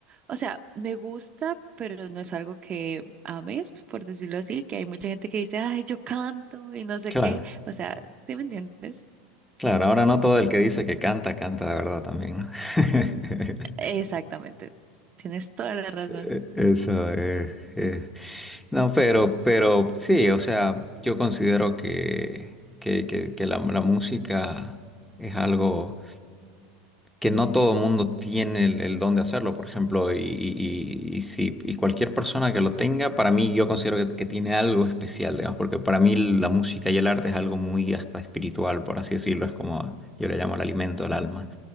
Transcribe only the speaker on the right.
o sea, me gusta, pero no es algo que ames, por decirlo así, que hay mucha gente que dice, ay, yo canto y no sé
qué. O sea, ¿sí me entiendes?
Exactamente. Tienes toda la razón.